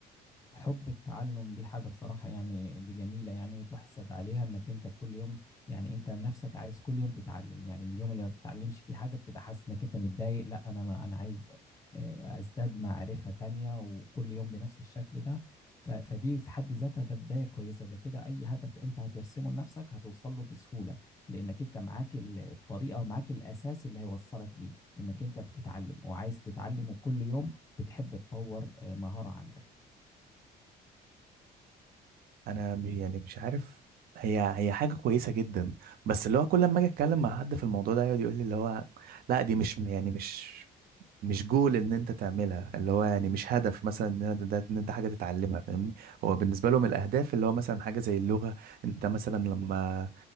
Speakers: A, on the left (about 20°); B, on the right (about 60°).
A: حب التعلم دي حاجة بصراحة يعني دي جميلة يعني تحسد عليها انك انت كل يوم يعني انت بنفسك عايز كل يوم تتعلم يعني اليوم اللي ما بتتعلمش فيه حاجة بتبقى حاسس انك انت متضايق لا انا ما انا عايز آه، ازداد معرفة تانية وكل يوم بنفس الشكل ده ف- فدي في حد ذاتها ده بداية كويسة ده كده اي هدف انت هترسمه لنفسك هتوصل له بسهولة لانك انت معاك ال- الطريقة ومعاك الاساس اللي هيوصلك ليه انك انت بتتعلم وعايز تتعلم وكل يوم بتحب تطور آه، مهارة عندك
B: انا م- يعني مش عارف هي هي حاجه كويسه جدا بس اللي هو كل ما اجي اتكلم مع حد في الموضوع ده يقعد يقول لي اللي هو لا دي مش يعني مش مش جول ان انت تعملها اللي هو يعني مش هدف مثلا ان ده ده- ان انت حاجه تتعلمها فاهمني هو بالنسبه لهم الاهداف اللي هو مثلا حاجه زي اللغه انت مثلا لما